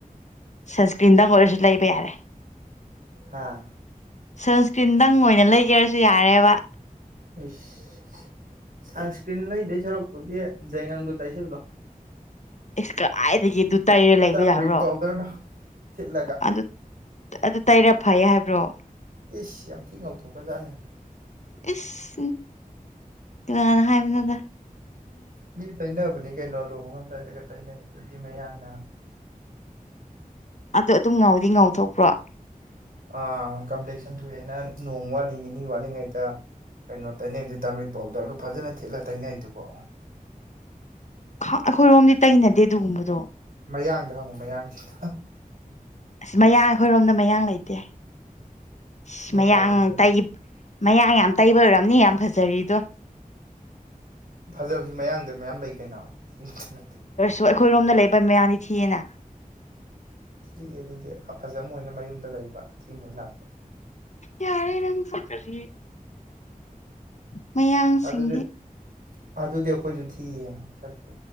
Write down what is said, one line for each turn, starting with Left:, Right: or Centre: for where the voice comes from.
Left: ꯁꯟꯁꯀ꯭ꯔꯤꯟꯗꯪ ꯑꯣꯏꯔꯖꯨ ꯂꯩꯕ ꯌꯥꯔꯦ
Right: ꯍꯥꯥ
Left: ꯁꯟꯁꯀ꯭ꯔꯤꯟꯗꯪ ꯑꯣꯏꯅ ꯂꯩꯒꯦꯔꯁꯨ ꯌꯥꯔꯦꯕ
Right: ꯢꯁ ꯁꯟꯁꯀ꯭ꯔꯤꯟ ꯂꯩꯗꯨꯢ ꯁꯔꯨꯛꯄꯨꯗꯤ ꯌꯥꯢꯒꯪꯗꯣ ꯇꯩꯏꯁꯤꯟꯂꯣ
Left: ꯢꯁ ꯀꯗꯥꯥꯏꯗꯒꯤ ꯑꯗꯨ ꯇꯩꯔ ꯂꯩꯕ
Right: ꯇꯔꯃꯔꯤꯛ
Left: ꯌꯥꯕ꯭ꯔꯣ
Right: ꯄꯥꯎꯗꯔꯗꯣ ꯊꯤꯠꯂꯒ
Left: ꯑꯗꯨ ꯑ ꯑꯗꯨ ꯇꯩꯔꯦ ꯐꯩꯌꯦ ꯍꯥꯏꯕ꯭ꯔꯣ
Right: ꯢꯁ ꯌꯥꯝ ꯊꯤ ꯉꯧꯊꯣꯛꯈ꯭ꯔꯖꯥꯠꯅꯤ
Left: ꯍꯝ ꯀꯥꯅꯅ ꯍꯥꯏꯕꯅꯣꯗ
Right: ꯃꯤ ꯇꯩꯅꯕꯅꯦ ꯀꯩꯅꯣ ꯂꯨꯍꯣꯡꯉꯝꯗꯥꯏꯗꯒ ꯇꯩꯅꯔꯤꯗꯨꯗꯤ ꯃꯌꯥꯡꯅ
Left: ꯑꯗꯨ ꯑꯗꯨꯝ ꯉꯧꯗꯤ ꯉꯧꯊꯣꯛꯄ꯭ꯔꯣ
Right: ꯑ ꯀꯝꯄ꯭ꯂꯦꯛꯁꯟ ꯊꯣꯛꯑꯦꯅ ꯅꯣꯡꯃ ꯋꯥꯠꯂꯤ ꯅꯤꯅꯤ ꯋꯥꯠꯂꯤꯉꯩꯗ ꯀꯩꯅꯣ ꯇꯩꯅꯩꯗꯨ ꯇꯥꯃꯔꯤꯛ ꯄꯥꯎꯗꯔꯗꯨ ꯐꯖꯅ ꯊꯤꯠꯂ ꯇꯩꯅꯩꯗꯨꯕꯣ
Left: ꯈꯪ ꯑꯩꯈꯣꯏꯔꯣꯝꯗꯗꯤ ꯇꯩꯅꯗꯦ ꯑꯗꯨꯒꯨꯝꯕꯗꯣ
Right: ꯃꯌꯥꯡꯗ ꯍꯪꯉꯨ ꯃꯌꯥꯡꯁꯤꯡꯗ
Left: ꯑꯁ ꯃꯌꯥꯡ ꯑꯩꯈꯣꯏꯔꯣꯝꯗ ꯃꯌꯥꯡ ꯂꯩꯇꯦ ꯢꯁ
Right: ꯅꯦꯄꯥꯜꯗ
Left: ꯃꯌꯥꯡ ꯇꯩꯒ ꯃꯌꯥꯡ ꯌꯥꯝ ꯇꯩꯕꯩ ꯑꯣꯏꯔꯝꯅꯤ ꯌꯥꯝ ꯐꯖꯔꯤꯗꯣ
Right: ꯐꯖꯕꯁꯨ ꯃꯌꯥꯡꯗ ꯃꯌꯥꯝ ꯂꯩ ꯀꯩꯅꯣ ꯊꯤꯕꯇ ꯅꯠꯇꯦ
Left: ꯑꯗꯣ ꯑꯩꯈꯣꯏꯔꯣꯝꯗ ꯂꯩꯕ ꯃꯌꯥꯡꯗꯤ ꯊꯤꯌꯦꯅ
Right: ꯊꯤ ꯑꯗꯨꯗꯤ ꯑꯐꯖꯕꯣꯏꯅ ꯃꯌꯨꯝꯗ ꯂꯩꯕ ꯑꯊꯤ ꯃꯣꯏ ꯂꯥꯛꯄ
Left: ꯌꯥꯔꯦ ꯅꯪꯁꯨ ꯀꯔꯤ ꯃꯌꯥꯡꯁꯤꯡꯒꯤ
Right: ꯑꯗꯨꯗꯤ ꯑꯗꯨꯗꯤ ꯑꯩꯈꯣꯏꯁꯨ ꯊꯤꯌꯦ ꯁꯛꯇꯤ